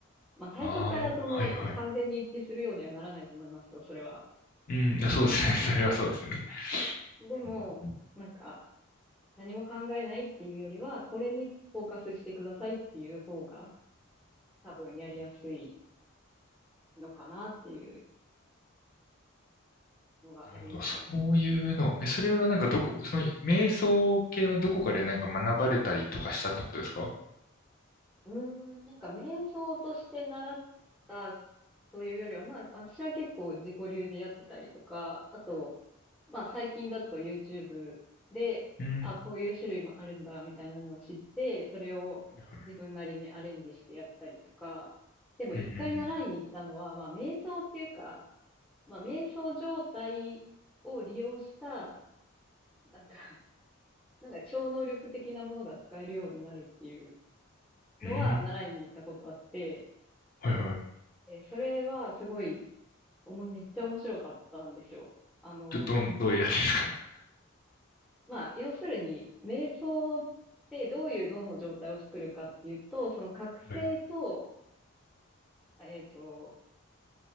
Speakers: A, in the centre; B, on the left.
A: まあ、最初からその、
B: ああー、もう、はいはい。
A: 完全に一致するようにはならないと思いますよ、それは。
B: うん、あそうですね。<laughs> それはそうですよね。
A: うんでも、
B: うんうんうん
A: なんか、何も考えないっていうよりは、これにフォーカスしてくださいっていう方が、多分やりやすい
B: うん
A: のかなっていうのがありますよね。
B: なるほど。そういうの。え、それはなんかどこ、その、瞑想系はどこかでなんか学ばれたりとかしたってことですか
A: うーん、なんか瞑想として習ったというよりは、まあ私は結構自己流でやってたりとか、あと、まあ最近だと YouTube で、
B: うん。
A: あ、こういう種類もあるんだみたいなのを知って、それを自分なりにアレンジしてやったりとか、
B: はいはい。
A: でも一回習いに行ったのは、
B: うんうん
A: まあ瞑想っていうか、まあ瞑想状態を利用した、なんか、なんか超能力的なものが使えるようになるっていうのは習いに行ったことあって、
B: うん。うん。はいはい。
A: えーそれはすごい、おも、めっちゃ面白かったんですよ。あの、
B: ど、どん、どういうやつですか
A: まあ、要するに、瞑想ってどういう脳の状態を作るかっていうと、その覚醒と、
B: はい。
A: えっと、